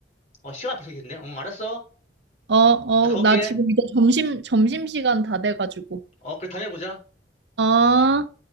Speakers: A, on the left; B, on the right.
A: 어, 시간 벌써 됐네. 어, 알았어.
B: 어, 어,
A: 나 가볼게.
B: 나 지금 이제 점심, 점심시간 다 돼가지고.
A: 어, 그래, 다음에 보자.
B: 어.